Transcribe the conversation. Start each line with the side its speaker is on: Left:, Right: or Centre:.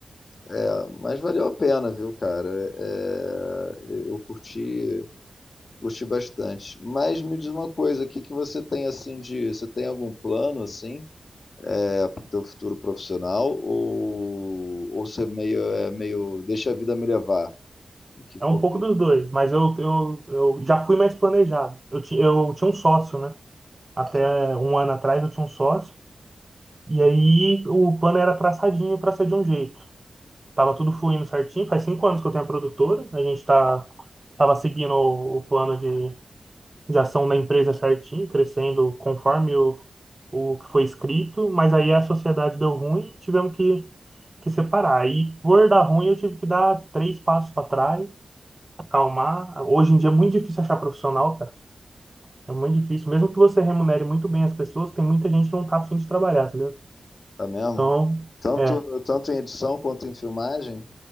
Left: É, mas valeu a pena, viu, cara? É, é, eu curti, curti bastante. Mas me diz uma coisa, o que que você tem assim de, você tem algum plano assim, é, pro teu futuro profissional ou ou você é meio é meio deixa a vida me levar, o que
Right: é
Left: for,
Right: um pouco dos dois, mas eu, eu, eu já fui mais planejado. Eu, ti- eu tinha um sócio, né? Até um ano atrás eu tinha um sócio, e aí o plano era traçadinho para ser de um jeito. Tava tudo fluindo certinho, faz cinco anos que eu tenho a produtora, a gente tá, tava seguindo o, o plano de, de ação da empresa certinho, crescendo conforme o, o que foi escrito, mas aí a sociedade deu ruim, tivemos que que separar. Aí, por dar ruim, eu tive que dar três passos para trás, acalmar. Hoje em dia é muito difícil achar profissional, cara. É muito difícil. Mesmo que você remunere muito bem as pessoas, tem muita gente que não tá afim de trabalhar, entendeu?
Left: tá mesmo?
Right: Então,
Left: Tanto
Right: é,
Left: tanto em edição quanto em filmagem?